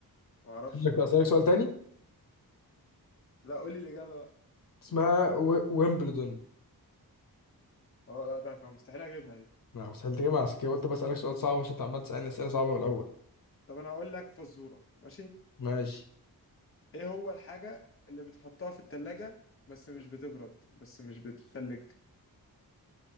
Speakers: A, on the left; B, on the left.
A: ما اعرفش
B: أسألك
A: لا
B: أسألك سؤال تاني
A: لا قول لي الاجابة بقى
B: اسمها و- ويمبلدون
A: اه لا ده كان مستحيل اجيبها دي
B: لا مستحيل تجيبها عشان كده قلت بسألك سؤال صعب عشان أنت عمال تسألني أسئلة صعبة من الأول
A: طب انا هقول لك فزورة ماشي
B: ماشي
A: ايه هو الحاجة اللي بتحطها في التلاجة بس مش بتبرد بس مش بتتلج